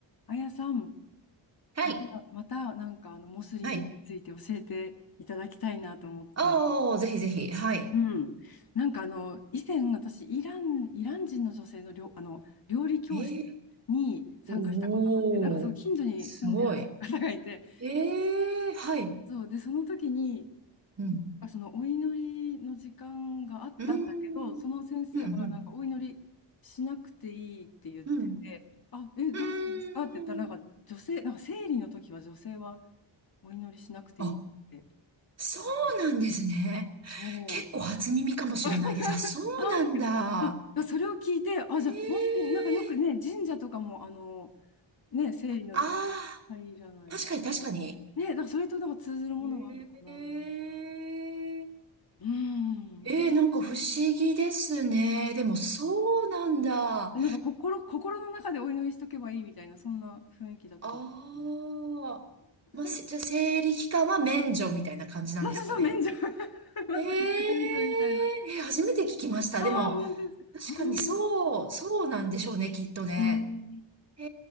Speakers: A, on the left; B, on the right.
A: あやさん、
B: はい。
A: また、またなんかあのモスリムについて教えていただきたいなと思って。
B: はい。ああ、ぜひぜひ。はい。
A: うん。なんかあの、以前私、イラン、イラン人の女性の料、あの、料理教室に参加したことがあって、
B: えー、おー、
A: なんかそう、近所に住んでらっしゃる方がいて、
B: すごい。ええー、はい。
A: そう、で、その時に、
B: うん。
A: なんかそのお祈りの時間があったんだけど、
B: うーん。
A: その先生はなんかお祈りしなくていいって言ってて、
B: うん、うん。うん。
A: あ、え、
B: うーん。
A: どうしてですかって言ったら、なんか女性、なんか生理の時は女性はお祈りしなくていいって
B: あ、そうなんですね。
A: 聞いて、そう。
B: 結構初耳かもしれないです。
A: <laughs>
B: あ、そうなんだ。
A: なんでいやそれを聞いて、あ、
B: ええー。
A: じゃあ本当になんかよくね、神社とかも、あの、ね、生理の女性
B: あ
A: 入らない。
B: あ、確かに確かに。
A: ね、だからそれとなんか通ずるものがあるのかなと思
B: ええー。
A: う。う
B: ええなんか不思議ですね。
A: ん。
B: でもそうなんだ。
A: なんか心、心の中でお祈りしとけばいいみたいな、そんな雰囲気だったと思うんですけど。
B: ああ、まあ、しじゃあ生理期間は免除みたいな感じなんですかね。
A: <laughs> そうそうそう、免除。<laughs> まさに免除みたいな。
B: えええ、初めて聞きました。
A: ああ、
B: でも、
A: 本当ですか。
B: 確かにそう、
A: あー
B: そうなんでしょうね、きっとね。
A: うん。
B: え